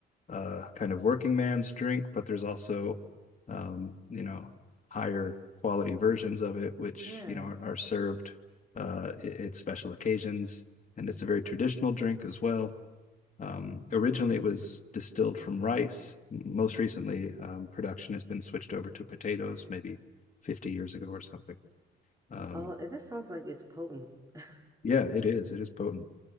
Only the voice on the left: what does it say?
uh, kind of working man's drink, but there's also, um, you know, higher quality versions of it, which,
you know, are, are served uh, at special occasions. And it's a very traditional drink as well. Um, originally, it was distilled from rice. Most recently, um, production has been switched over to potatoes, maybe 50 years ago or something. Um,
yeah, it is. It is potent.